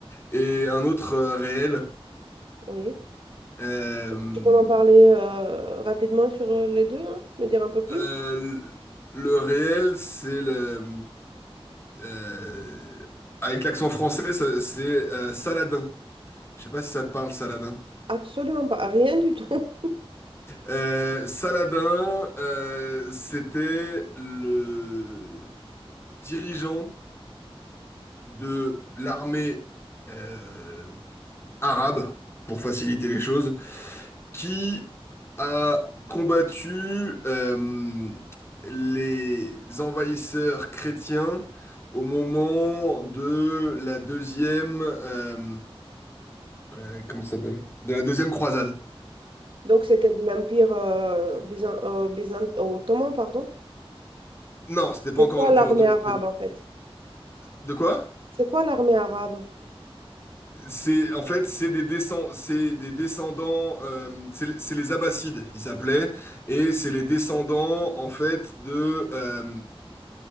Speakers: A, on the left; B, on the right.
A: et un autre euh, réel.
B: Oui.
A: Euh,
B: Tu peux m'en parler euh, rapidement sur euh, les deux, là? Me dire un peu plus?
A: euh, le réel c'est le euh, avec l'accent français ça- c'est euh, Saladin. Je sais pas si ça te parle Saladin.
B: Absolument pas, rien du tout. <laughs>
A: Euh, Saladin, euh, c'était le dirigeant de l'armée euh, arabe, pour faciliter les choses, qui a combattu euh, les envahisseurs chrétiens au moment de la deuxième... euh, euh, comment ça s'appelle? De la deuxième croisade.
B: Donc c'était de l'Empire euh, byzan- euh, byzant- oh, ottoman, pardon.
A: Non, c'était pas
B: C'est
A: encore
B: quoi
A: l'Empire
B: l'armée
A: ottoman.
B: arabe en fait?
A: De quoi?
B: C'est quoi l'armée arabe?
A: C'est en fait c'est des descend c'est des descendants euh, c'est les c'est les Abbassides ils s'appelaient et c'est les descendants en fait de euh,